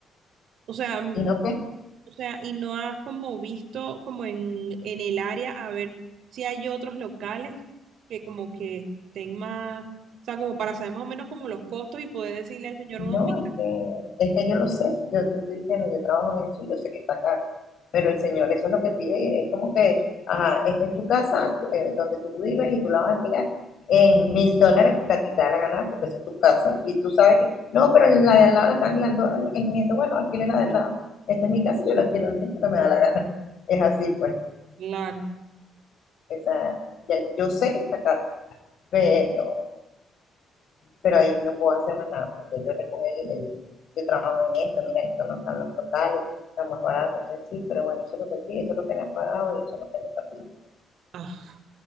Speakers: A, on the right (about 70°); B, on the left (about 65°).
A: o sea,
B: y no qué,
A: O sea, y no has como visto como en, en el área a ver si hay otros locales que como que estén más, o sea, como para saber más o menos como los costos y poder decirle al señor,
B: No,
A: no, mira,
B: es que, es que yo lo sé, yo te estoy diciendo, yo trabajo en eso y yo sé que está caro, pero el señor eso es lo que pide y es como que, ajá, esta es tu casa tú- eh, donde tú vives y tú la vas a alquilar en mil dólares que a ti te da la gana porque esa es tu casa y tú sabes que, no, pero la de al lado la están alquilando en 500, bueno, alquile la de al lado, esta es mi casa y yo la alquilo en 500 que me da la gana, es así pues,
A: claro.
B: esa, ya- yo sé que está caro, pero pero ahí no puedo hacer más nada porque yo le con él y le dije, yo trabajo en esto, mira, esto no están los locales, están más baratos, entonces sí, pero bueno, eso es lo que él pide, eso es lo que le has pagado y eso es lo que le está pidiendo.
A: Ah,